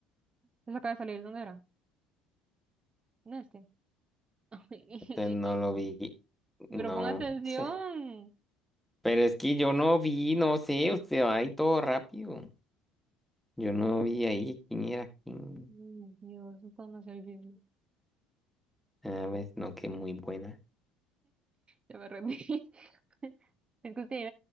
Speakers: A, on the right; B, in the centre.
A: Se acaba de salir. ¿Dónde era? En este. <laughs>
B: Usted no lo vi. No
A: Pero pon atención.
B: sé. Pero es que yo no vi, no sé, usted va ahí todo rápido. Yo no vi ahí quién era quién.
A: Mm, Dios, esto es demasiado difícil.
B: A ver, no, que muy buena.
A: Ya me rendí. <laughs> Es que usted